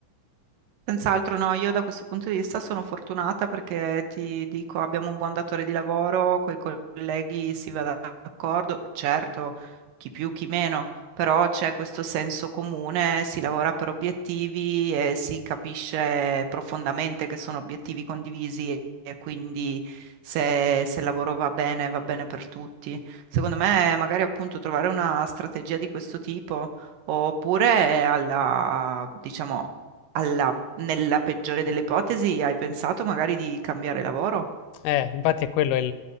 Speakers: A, on the right; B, on the left.
A: Senz'altro no, io da questo punto di vista sono fortunata perché ti dico, abbiamo un buon datore di lavoro, coi colleghi si va d'accordo, certo, chi più, chi meno, però c'è questo senso comune, si lavora per obiettivi e si capisce profondamente che sono obiettivi condivisi e quindi se, se il lavoro va bene, va bene per tutti. Secondo me, magari appunto trovare una strategia di questo tipo oppure alla, diciamo, alla nella peggiore delle ipotesi, hai pensato magari di cambiare lavoro?
B: Eh, infatti è quello il,